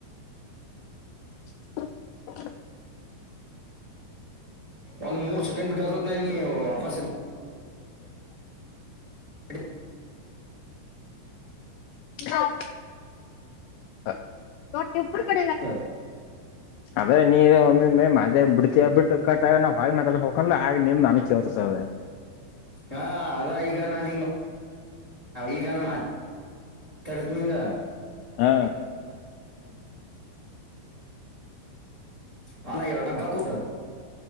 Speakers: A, on the left; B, on the right.
A: <inaudible>
B: ಒಂದ್ ಮೂರು ಸೆಕೆಂಡ್ ಬಿಟ್ಟುತತ್ ನಾನ ನೀವು ವಾಪಸ್. <inaudible>
A: ಹ. <inaudible> ಹ <inaudible>
B: ಇದ್ದ
A: ಅ್ರೆ ನೀ ಒಮ್ಮ ಮ ಬಿತ ಬಿಟ್ಟು ಕಟ್ಟ ನಿ ಮಾತಾ ಹೊಂಡ್ ಆಗ ನೀ ನ <unintelligible> ತ್ತು ಸೆ <inaudible>
B: ಹಾ ಅದ ಈಗ ನಾ ಹಿಂಗ್ ಈಗ <unintelligible> ನತರ್ತ ನಿಂಗ.
A: ಹಾ.
B: ಹಾನ ಎರಡಗ್ಗ ಕುೂತ.